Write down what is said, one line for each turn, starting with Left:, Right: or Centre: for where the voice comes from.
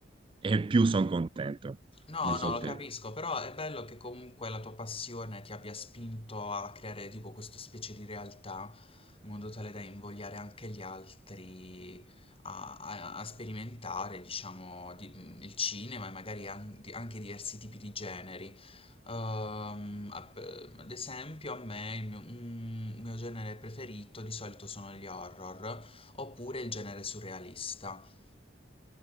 Right: e più sono contento.
Left: No,
Right: Non so
Left: no, lo
Right: te.
Left: capisco, però è bello che comunque la tua passione ti abbia spinto a creare tipo questa specie di realtà in modo tale da invogliare anche gli altri a, a- a sperimentare, diciamo, di- mm, il cinema e magari an- di- anche diversi tipi di generi. Ehm, app- ad esempio, a me il mio, un mio genere preferito di solito sono gli horror oppure il genere surrealista.